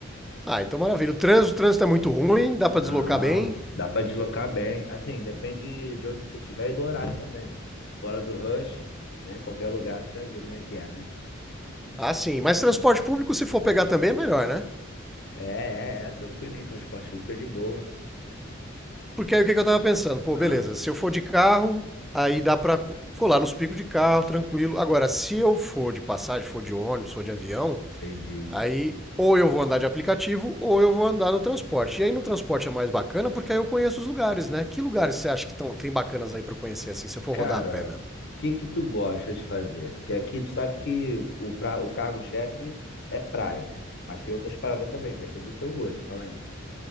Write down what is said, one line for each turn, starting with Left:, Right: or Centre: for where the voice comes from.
Centre: Ah, então maravilha. O trânsito, o trânsito é muito ruim, dá pra
Left: Não,
Centre: deslocar bem.
Left: dá pra deslocar bem. Assim, depende de onde você estiver e do horário também, né? Fora do rush, né? Em qualquer lugar, tu já viu como é que é, né?
Centre: Ah, sim, mas transporte público se for pegar também é melhor, né?
Left: É, é, é, tranquilinho, transporte público é de boa.
Centre: Porque aí o que, que eu tava pensando? Pô,
Left: Ah,
Centre: beleza, se eu for de carro, aí dá pra colar nos picos de carro, tranquilo. Agora, se eu for de passagem, for de ônibus, for de avião,
Left: entendi.
Centre: aí ou eu vou andar de aplicativo ou eu vou andar no transporte. E aí no transporte é mais bacana porque aí eu conheço os lugares, né? Que lugares você acha que tão, tem bacanas aí pra conhecer assim, se eu for
Left: Cara,
Centre: rodar a pé mesmo?
Left: o que que tu gosta de fazer? Porque aqui tu sabe que o, o, pra- o cargo-chefe é praia, mas tem outras paradas também, depende do teu gosto, fala aí.